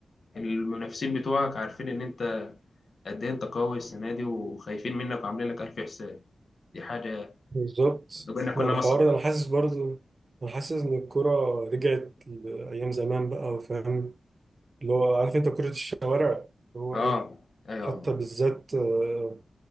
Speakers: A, on the left; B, on the right.
A: المنافسين بتوعك عارفين ان انت قد ايه انت قوي السنه دي وخايفين منك وعاملين لك الف حساب دي حاجه
B: بالظبط
A: لو كنا كنا
B: مع الحوار
A: مسخره
B: ده انا حاسس برضو انا حاسس ان الكرة رجعت لايام زمان بقى وفاهم اللي هو عارف انت كرة الشوارع اللي هو
A: اه
B: ايه
A: ايوه
B: حتى بالذات آه،